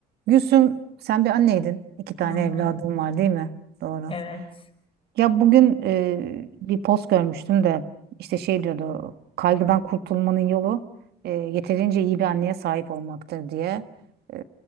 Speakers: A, on the right; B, on the left.
A: Gülsüm, sen bir anneydin. İki tane
B: Hı hı,
A: evladın var, değil mi? Doğru.
B: evet.
A: Ya bugün e, bir post görmüştüm de işte şey diyordu kaygıdan kurtulmanın yolu e, yeterince iyi bir anneye sahip olmaktır diye. E,